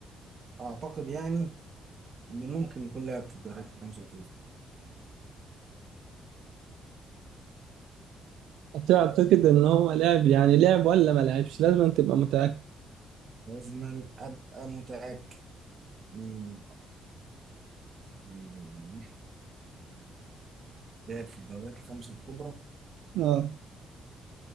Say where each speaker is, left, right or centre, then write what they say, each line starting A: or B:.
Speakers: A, on the right (about 45°); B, on the right (about 85°).
A: أعتقد يعني إنه ممكن يكون لاعب في الدوريات الخمسة الكبرى
B: أعتقد إن هو لعب يعني لعب ولا ما لعبش لازم أن تبقى متأكد
A: لازم أبقى متأكد مم، مم، لاعب في الدوريات الخمسة الكبرى؟
B: اه